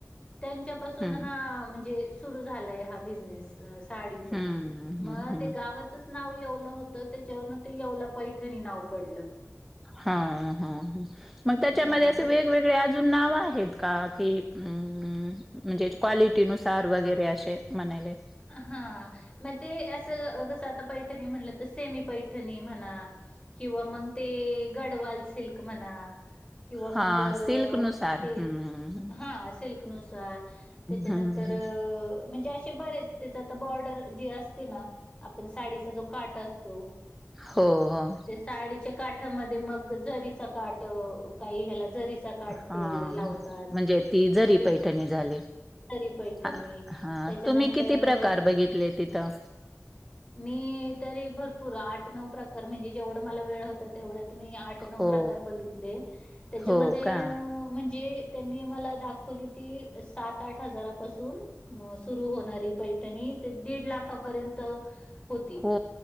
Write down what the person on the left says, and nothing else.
त्यांच्यापासून
हा म्हणजे सुरू झालाय हा बिझनेस, साडीचा.
म
ते गावचंच नाव येवलं होतं, त्याच्यावरनं ते, येवला पैठणी नाव पडलं.
हा
मग
अं हा, मग ते असं कसं, आता पैठणी म्हणलं तर सेमी पैठणी म्हणा किंवा मग ते गडवाल सिल्क म्हणा किंवा
मग,
ते
हा सिल्कनुसार, त्याच्यानंतर
म्हणजे असे बरेच त्याचं आता बॉर्डर जी असती ना, आपण साडीचा जो काट असतो
अ,
ते साडीच्या काठामध्ये मग जरीचा काठ काई ह्याला जरीचा काठ
ते लावतात,
मग ते.
- सरी पैठणी,
त्याच्यानंतर
अ
मी तरी भरपूर, आठ नऊ प्रकार, म्हणजे जेवढं मला वेळ होता तेवढं मी आठ नऊ
प्रकार बघितले, त्याच्यामध्ये
जे त्यांनी आम्हाला दाखवली ती, अं सात आठ हजारापासून सुरू होणारी पैठणी ते दीड लाखापर्यंत होती.